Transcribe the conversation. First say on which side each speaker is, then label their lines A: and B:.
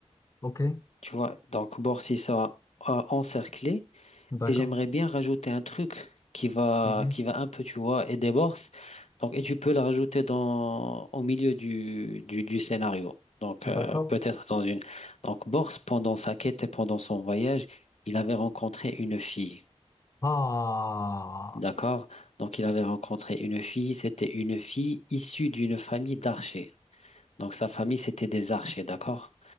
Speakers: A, on the left; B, on the left.
A: Ok,
B: Tu vois, donc Borsi sera euh, encerclé.
A: d'accord.
B: Et j'aimerais bien rajouter un truc qui va,
A: Mhm,
B: qui va un peu, tu vois, aider Bors. Donc, et tu peux la rajouter dans... au milieu du, du, du scénario. Donc,
A: D'accord.
B: euh, peut-être dans une. Donc, Bors, pendant sa quête et pendant son voyage, il avait rencontré une fille.
A: Ah,
B: D'accord? Donc, il avait rencontré une fille. C'était une fille issue d'une famille d'archers. Donc, sa famille, c'était des archers, d'accord?